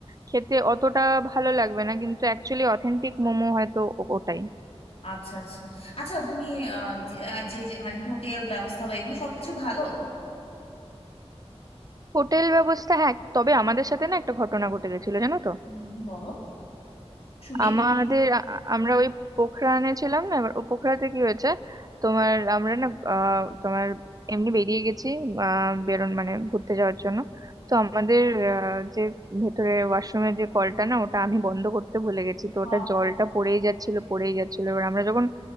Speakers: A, on the right (about 35°); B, on the left (about 65°).
A: খেতে অতটা ভালো লাগবে না কিন্তু অ্যাকচুয়ালি অথেন্টিক মোমো হয়তো ও- ওটাই
B: আচ্ছা আচ্ছা আচ্ছা তুমি আহ, যে যে- মানে হোটেল ব্যবস্থা বা এগুলো সবকিছু ভালো
A: হোটেল ব্যবস্থা হ্যাঁ তবে আমাদের সাথে না একটা ঘটনা ঘটে গেছিল জানো তো
B: হুম, বলো শুনি
A: আমাদের আ- আ- আমরা ওই পোখরানে ছিলাম না এবার ও পোখরাতে কি হয়েছে তোমার আমরা না আহ, তোমার এমনি বেরিয়ে গেছি আহ, বেরোন মানে ঘুরতে যাওয়ার জন্য তো আমাদের আহ, যে ভেতরে ওয়াশরুমের যে কলটা না ওটা আমি বন্ধ করতে ভুলে গেছি তো
B: আহ,
A: ওটা জলটা পড়েই যাচ্ছিল পড়েই যাচ্ছিল এবার আমরা যখন